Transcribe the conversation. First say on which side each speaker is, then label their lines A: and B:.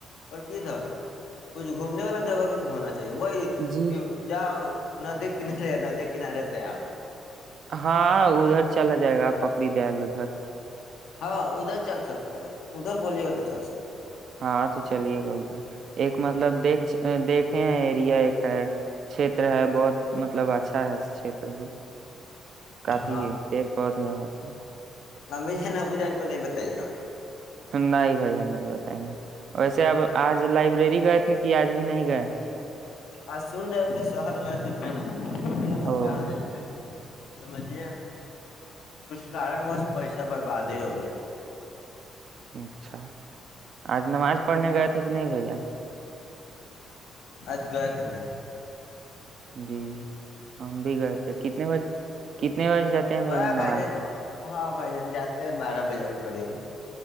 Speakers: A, on the left; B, on the right.
A: اور کدھر کچھ گھومنے والا جگہ بھی تو ہونا چ وہی
B: جی
A: کہ ج ندی کنارے ندی کنارے سے آپ
B: ہاں ادھر چلا جائے گا پکڑی دےل ادھر
A: ہاں ادھر چل سکتے بھائی ادھر بولیے گا تو چل سکتے
B: ہاں تو چلیے گا ادھر ایک مطلب دیکھ دیکھے ہیں ایریا ایک ہے چھیتر ہے بہت مطلب اچھا ہے اس چھیتر کو کافی
A: ہاں
B: پیڑ پودے یہاں پ
A: امی ج نا ابو جان کو نہیں بتائیے گا
B: نہیںائ نہیں بتائیں گے ویسے اب آج لائبریری گئے تھے کہ آج بھی نہیں گئے
A: آ سن رہے کہ شہر گئے لن
B: او
A: کہ سمجھیے کچھ کارن وس پیسہ برباد ہی ہو گیا
B: اچھا آج نماز پڑھ گئے تھے کہ نہیں بھ جان
A: آج گئے تھے بھائی ج
B: جی ہم بھی گئے تھے کتنے بجے کتنے بجے جاتے ہیں
A: ب
B: نماز
A: بھائی جان
B: میں
A: ہاں بائی جان جاتات بارہ بجے کر